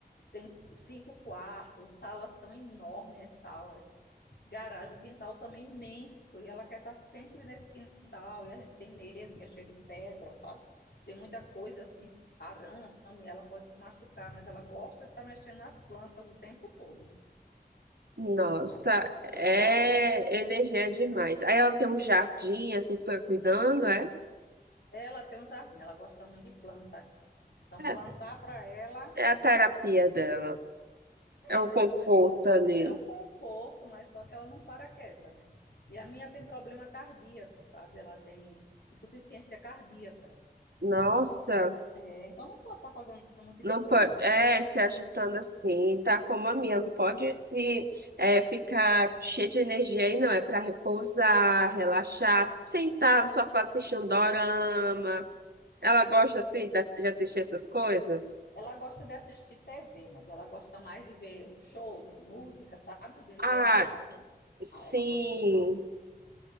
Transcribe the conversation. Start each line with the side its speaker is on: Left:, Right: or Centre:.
Left: tem cinco quartos, salas são enormes, as salas. Garagem, o quintal também é imenso, e ela quer estar sempre nesse quintal, e a gente tem medo, que é cheio de pedra, sabe? Tem muita coisa assim, arame, ela pode se machucar, mas ela gosta de estar mexendo nas plantas o tempo todo.
Right: Nossa,
Left: Aí é complicado.
Right: é energia demais. Aí ela tem um jardim, assim, fica cuidando, é?
Left: Ela tem um jardim, ela gosta muito de planta. Então,
Right: É,
Left: plantar para ela
Right: é a terapia dela.
Left: É,
Right: É o
Left: né?
Right: conforto
Left: As pessoas.
Right: ali.
Left: É o conforto, mas só que ela não para quieta, né? E a minha tem problema cardíaco, sabe? Ela tem insuficiência cardíaca.
Right: Nossa,
Left: Então, é, então não pode estar fazendo muito esforço.
Right: não pode. É, se agitando assim, tá como a minha. Não pode se é, ficar cheio de energia aí, não. É para repousar, relaxar, sentar no sofá assistir um dorama. Ela gosta, assim,
Left: Não pode-
Right: das- de assistir essas coisas?
Left: Ela gosta de assistir TV, mas ela gosta mais de ver os shows, música, sabe? De
Right: Ah,
Left: Leonardo.
Right: sim.
Left: Ah, ela gosta demais.